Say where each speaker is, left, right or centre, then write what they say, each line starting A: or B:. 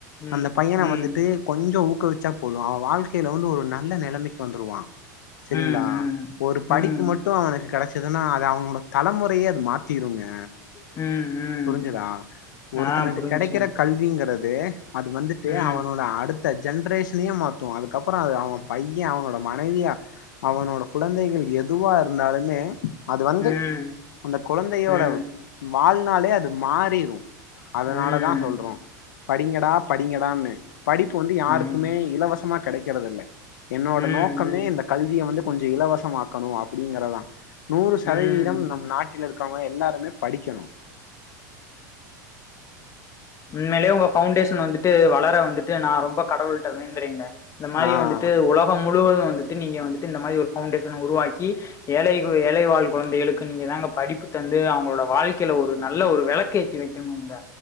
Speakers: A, on the left; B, on the left.
A: ம்
B: அந்த பையன
A: ம்
B: வந்துட்டு கொஞ்சொ தூக்கி வச்சா போது அவன் வாழ்க்கையில வந்து ஒரு நல்ல நெலமைக்கு வந்துருவா செரிங்ளா
A: ம் ம்
B: ஒரு படிப்பு
A: ம்
B: மட்டு அவனுக்கு கெடச்சதுன்னா அது அவனோட தலமுறையே அது மாத் திருங்க
A: ம் ம்
B: புருஞ்சதா ஒருத்தனுக்கு
A: ஆ புரிஞ்சுச்சுண்ணா
B: கெடைக்கிற கல்விங்றது து அது வந்துட்டு
A: ம்
B: அவனோட அடுத் த்த ஜென்ரேஷனையே மாத்து அதுக்கப்பறோ அது அவன் பையெ அவனோட மனைவியாக அவனோட குழந்தைகள் எதுவா இருந்தாலுமே அது வந்து
A: ம்
B: அந்த குழந்தையோட
A: ம்
B: வாழ்நாளே அது மாறிரு அதுனால
A: ம் ம்
B: தா சொல்றோ படிங்கடா படிங்கடான்னு படிப்பு வந்து யாருக்குமே
A: ம்
B: இலவசமா கெடைக்கிறதுல்ல என்னோட
A: ம்
B: நோக்கமே இந்த கல்விய வந்து கொஞ்சொ இலவசமாக்கனு அப்டிங்றதா நூறு
A: ம்
B: சதவீதோ நம் நாட்டில இருக்கவங்க எல்லாருமே படிக்கனு
A: உண்மையிலேயே ஒங்க ஃபவுண்டேஷன் வந்துட்டு வளர வந்துட்டு நா ரொம்ப கடவுள்ட வேண்றேங்க இந்த மாரி
B: ஆ
A: வந்துட்டு உலகோ முழுவது வந்துட்டு நீங்க வந்துட்டு இந்த மாரி ஒரு ஃபவுண்டேஷன் உருவாக்கி ஏழைகு ஏழைவாழ் குழந்தைகளுக்கு நீங்க தாங்க படிப்புக் வந்து அவங்களோட வாழ்க்கையில ஒரு நல்ல ஒரு வெளக்கேத்தி வைக்கனும்ங்க